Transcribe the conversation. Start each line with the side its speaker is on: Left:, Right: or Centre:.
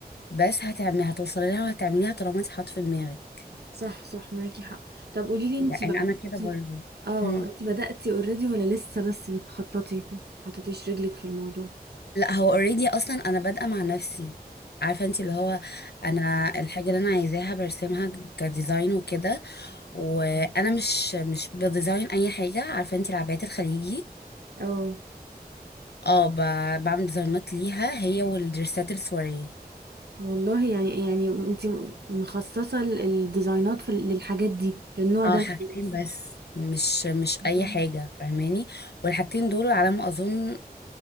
Left: بس هتعملي هتوصلي لها وهتعمليها طالما انت حاطة في دماغك
Right: صح صح معاكي حق طب قولي لي انتي
Left: لان
Right: بقى
Left: انا كده
Right: انتي
Left: برضو
Right: اه
Left: مم.
Right: انتي بدأتي اوريدي ولا لسه بس بتخططي حطيتيش رجلك في الموضوع
Left: لا هو اوريدي اصلا انا بادئة مع نفسي عارفة انت اللي هو انا الحاجة اللي انا عايزاها برسمها كديزاين وكده وانا مش مش بديزاين اي حاجة عارفة انت العبايات الخليجي
Right: اه
Left: اه ب- بعمل ديزاينات ليها هي والدرسات السواري
Right: والله يعني يعني انتي مخصصة ال- الديزاينات في للحاجات دي للنوع ده
Left: اه حاجتين
Right: من اللبس
Left: بس مش مش اي
Right: مم.
Left: حاجه فاهماني والحاجتين دول على ما اظن